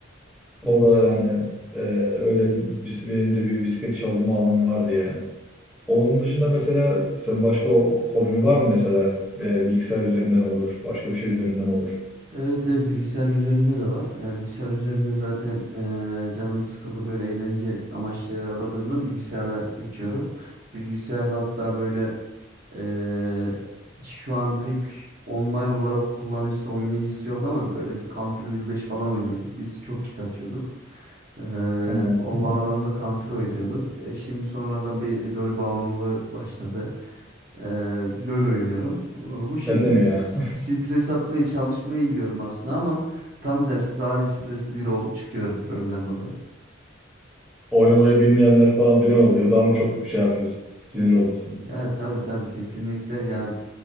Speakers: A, in the centre; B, on the right.
A: O
B: Hı.
A: da yani e, öyle bir- benim de bir bisiklet çalınma anım vardı yani. Onun dışında mesela sen başka o- hobin var mı mesela? E, bilgisayar üzerinden olur, başka bir şey üzerinden olur.
B: Evet evet bilgisayar üzerinde de var. Ee, bilgisayar üzerinde zaten ee, canım sıkıldı böyle eğlence amaçlı şeyler aradığımda bilgisayarda geçiyorum. Bilgisayarda hatta böyle Ee, şu an pek online olarak kullanıcısı, oynayıcısı yok ama böyle bir Counter 1.5 falan oynuyorduk biz. Çok kit atıyorduk. Ee,
A: Ha.
B: o
A: <laughs>
B: bağlamda Counter oynuyorduk. E, şimdi sonradan bir LoL bağımlılığı başladı. Ee, LoL oynuyorum. Ee, Bu şekilde
A: Sen de mi ya?
B: stres atmaya çalışmaya giriyorum aslında ama tam dersi daha bir stresli biri olup çıkıyorum LoL'den dolayı.
A: <laughs> Oynamayı bilmeyenler falan filan oluyor. Daha mı çok bir şey yapıyorsun? Sinir oluyorsun.
B: Ya tabii tabii kesinlikle. Ya